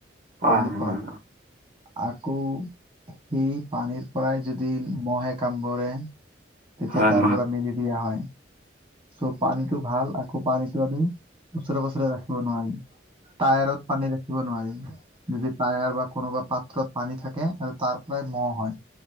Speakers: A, on the right; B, on the right.
A: হয়
B: পানীৰ
A: হয় হয়
B: পৰা। আকৌ সেই পানীৰ পৰাই যদি ম'হে কামোৰে। তেতিয়া
A: হয়
B: তাৰ
A: হয়
B: পৰা মেলেৰিয়া হয়। ত' পানীটো ভাল আকৌ পানীটো আমি ওচৰে পাছৰে ৰাখিব নোৱাৰিম। টায়াৰত পানী ৰাখিব নোৱাৰি যদি টায়াৰ বা কোনোবা পাত্ৰত পানী থাকে। আৰু তাৰ পৰাই ম'হ হয়